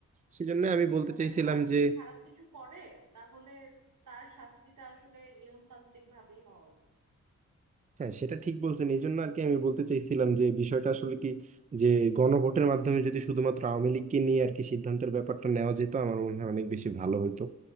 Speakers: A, on the right; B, on the right.
A: সেজন্যই আমি
B: তো
A: বলতে
B: কোনো
A: চাইছিলাম
B: একটা মানুষ
A: যে
B: যদি খারাপ কিছু করে তাহলে তার শাস্তিটা আসলে নিয়মতান্ত্রিক ভাবেই হওয়া উচিত
A: হ্যাঁ সেটা ঠিক বলছেন এই জন্য আর কি আমি বলতে চাইছিলাম যে বিষয়টা আসলে কি যে গণভোটের মাধ্যমে যদি শুধুমাত্র আওয়ামী লীগকে নিয়ে আর কি সিদ্ধান্তের ব্যাপারটা নেওয়া যেত আমার মনে হয় অনেক বেশি ভালো হতো